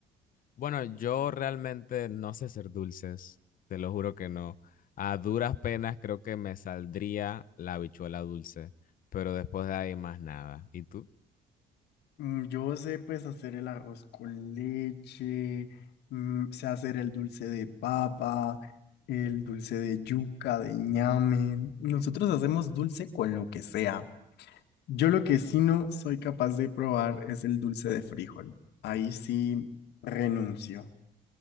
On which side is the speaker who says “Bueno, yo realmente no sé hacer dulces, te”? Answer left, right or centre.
Left